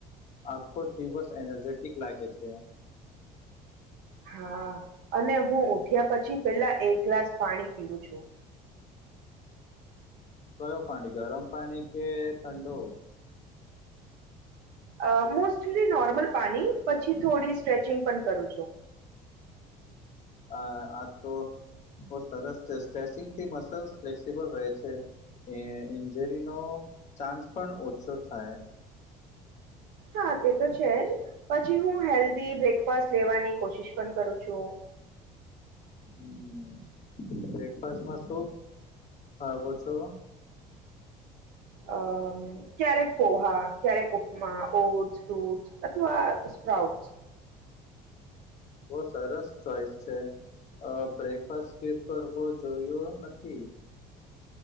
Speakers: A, on the left; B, on the right.
A: આખો દિવસ એનર્જેટિક લાગે છે.
B: હા અને હું ઉઠ્યા પછી પેલા એક ગ્લાસ પાણી પીવું છું.
A: કયો પાણી ગરમ પાણી કે ઠંડો.
B: અ મોસ્ટલી નોર્મલ પાણી પછી થોડી સ્ટ્રેચિંગ પણ કરું છું.
A: અ આ તો બો સરસ સ્ટ્રેચિંગથી મસલ ફ્લેક્સબલ રહે. એ ઇન્જરીનો ચાન્સ પણ ઓછો થાય.
B: હા. તે તો છે જ પછી હું હેલ્ધી બ્રેકફાસ્ટ લેવાની કોશિશ પણ કરું છું
A: હમ્મ બ્રેકફાસ્ટમાં શુ ખાવો છો
B: અ ક્યારેક પોહા ક્યારેક ઉપમા ઓટ ફૂટ્સ અથવા સ્પ્રાઉટસ
A: બો સરસ ચોઈસ છે અ બ્રેકફાસ્ટ સ્કિપ કરવો જોયો નથી